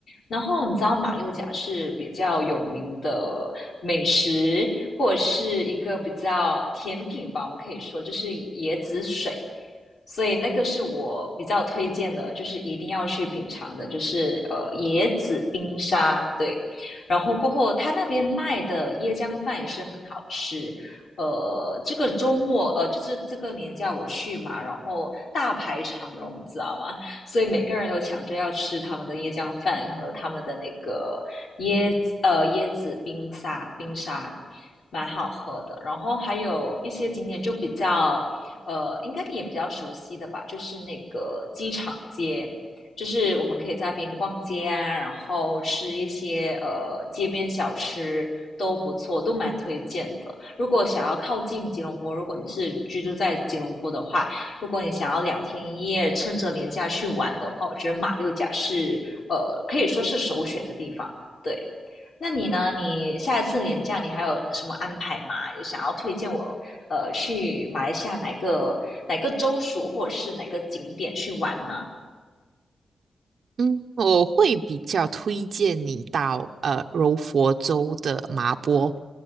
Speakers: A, on the left; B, on the right.
A: 然后你知道马六甲是比较有名的美食，或者是一个比较甜品吧，我们可以说就是椰子水，所以那个是我比较推荐的，就是一定要去品尝的，就是呃椰子冰沙，对。然后过后他那边卖的椰浆饭也是很好吃。呃，这个周末呃，就是这个年假我去嘛，然后大排长龙，你知道吗？所以每个人都抢着要吃他们的椰浆饭和他们的那个椰呃椰子冰沙冰沙，蛮好喝的。然后还有一些景点就比较呃，应该你也比较熟悉的吧，就是那个机场街，就是我们可以在那边逛街啊，然后吃一些呃街边小吃都不错，都蛮推荐的。如果想要靠近吉隆坡，如果你是居住在吉隆坡的话，如果你想要两天一夜趁着年假去玩的话，我觉得马六甲是呃可以说是首选的地方。对，那你呢？你下一次年假你还有什么安排吗？有想要推荐我呃去马来西亚哪个哪个州属或者是哪个景点去玩吗？
B: 嗯，我会比较推荐你到呃柔佛州的麻波，